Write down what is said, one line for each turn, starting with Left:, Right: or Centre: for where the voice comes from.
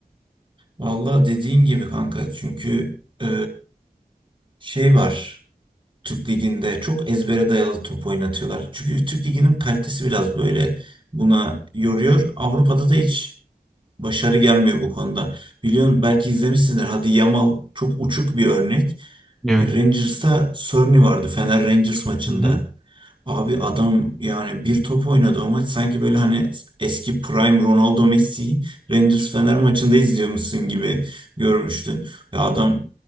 Right: Vallahi dediğin gibi kanka. Çünkü e, şey var. Türk Ligi'nde çok ezbere dayalı top oynatıyorlar. Çünkü Türk Ligi'nin kalitesi biraz böyle buna yoruyor. Avrupa'da da hiç başarı gelmiyor bu konuda. Biliyorsun belki izlemişsindir. Hadi Yamal çok uçuk bir örnek.
Centre: Evet.
Right: E, Rangers'ta Sorny vardı Fener Rangers maçında.
Centre: Hı hı.
Right: Abi adam yani bir top oynadı o maç sanki böyle hani eski prime Ronaldo Messi Rangers Fener maçında izliyormuşsun gibi görmüştün. Ya adam